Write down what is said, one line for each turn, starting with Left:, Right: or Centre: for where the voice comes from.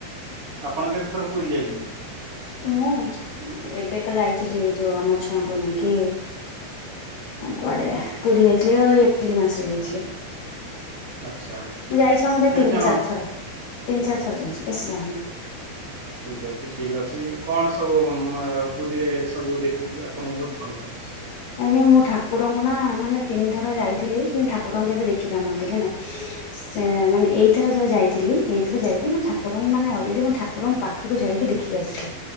Right: ଆପଣ କେତେଥର ପୁରୀ ଯାଇଛନ୍ତି?
Left: ମୁଁ ଏବେ ତ ଯାଇଥିଲି ଯୋଉ ଆମ ଛୁଆଙ୍କୁ ନେଇକି କୁଆଡେ ପୁରୀ ଯାଇଥିଲି ଆଉ ଏପ୍ରିଲ ମାସରେ ଯାଇଥିଲି।
Right: ଆଚ୍ଛା
Left: ମୁଁ ଯାଇଛି ମୋଟେ
Right: କେତେ
Left: ତିନି
Right: ଜଣ?
Left: ଚାରି ଥର ତିନି ଚାରି ଥର ଯାଇଛି ବେଶୀ ଯାଇନି।
Right: ଠିକ ଅଛି ଠିକ ଅଛି କଣ ସବୁ ମ ପୁରୀରେ ସବୁ ଦେଖିକି ଆପଣଙ୍କୁ ବହୁତ ଭଲ ଲାଗେ।
Left: ଆଜ୍ଞା ମୁଁ ଠାକୁରଙ୍କୁ ନା ମାନେ ତିନି ଥର ଯାଇଥିଲି କିନ୍ତୁ ଠାକୁରଙ୍କୁ କେବେ ଦେଖି ପାରୁନଥିଲି ହେଲା। ସେ ମାନେ ଏଇ ଏଥର ଯୋଉ ଯାଇଥିଲ ଏଇଥର ଯାଇକି ମୁଁ ଠାରଙ୍କୁମାନେ ଅଲରେଡି ମୁଁ ଠାକୁରଙ୍କ ପାଖକୁ ଯାଇକି ଦେଖି ଖିକି ଆସିଲି